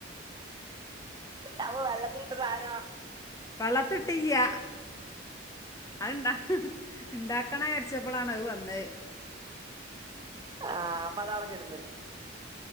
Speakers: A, on the right; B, on the left.
A: അപ്പൊ വെള്ളത്തിലിട്ട സാധനോ
B: വെള്ളത്തി ഇട്ടല്ല അത്ണ്ട ഇണ്ടാക്കണ വച്ചപ്പോളാണ് അത് വന്നത്
A: ആഹ അപ്പൊ അതളൊ കെടന്ന്